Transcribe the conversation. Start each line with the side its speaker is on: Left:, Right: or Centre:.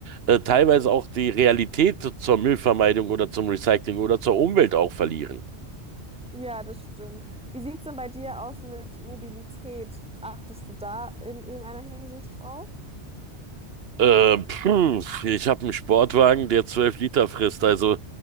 Right: äh, teilweise auch die Realität zur Müllvermeidung oder zum Recycling oder zur Umwelt auch verlieren.
Centre: Ja, das stimmt. Wie sieht's denn bei dir aus mit Mobilität? Achtest du da in irgendeiner Hinsicht drauf?
Right: Äh, puh, ich habe einen Sportwagen, der zwölf Liter frisst. Also